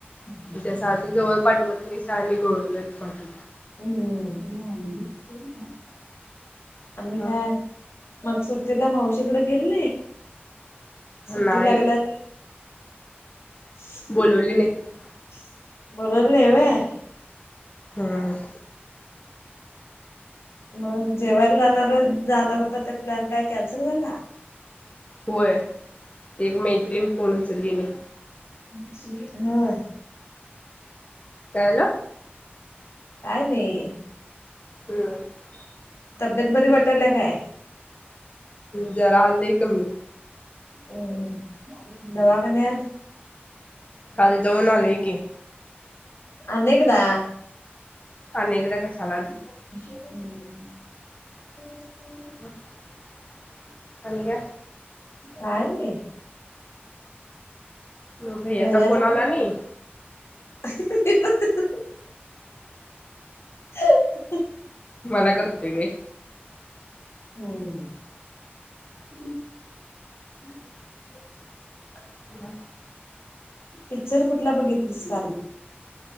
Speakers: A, on the left; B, on the left.
A: <unintelligible>
B: त्याच्या आधी जवळ पाठवत नाहीसा आणि गोव्याला पाठव
A: हम्म <unintelligible> आणि
B: ह
A: काय मग सुट्टीला मावशीकडे गेली नाही? सुट्टी
B: नाही
A: लागल्या- <unintelligible>
B: बोलवले नाहीत हम्म
A: मग जेवायला जाणार जाणार होता ते प्लॅन काय कॅन्सल झाला?
B: होय एक मैत्रीण फोन उचललीनय
A: हा
B: काय झालं
A: काय नाही
B: हम्म
A: तब्येत बरी वाटाल्या काय?
B: जरा आलंय कमी
A: <inaudible> हम्म दवाखाण्यात
B: काल जाऊन आलेय की.
A: आणि एकदा
B: आणि एकदा कशाला?
A: <unintelligible>
B: <inaudible> आणि काय?
A: काय नाही.
B: मग
A: भैयाचा
B: फोन आला नाही
A: <unintelligible> <inaudible>
B: मला करतोय व्हय.
A: हम्म हम् <inaudible>
B: ब
A: पिक्चर कुठला बघितलीस काल